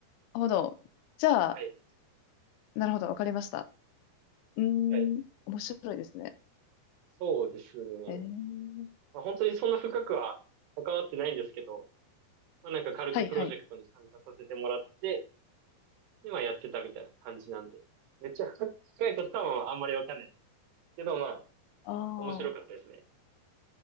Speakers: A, on the left (about 85°); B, on the right (about 85°).
A: ほど。じゃあ、
B: はい。
A: なるほど、わかりました。うーん、
B: はい。
A: 面白いですね。
B: そうですね。
A: えー、
B: まあ、本当にそんな深くは関わってないんですけど、まあなんか軽くプロジェクトに参加させてもらって、
A: はいはい。
B: 今やってたみたいな感じなんで。めっちゃ深いことはまあんまりわかんないです。けどまあ、
A: あ
B: 面白かったですね。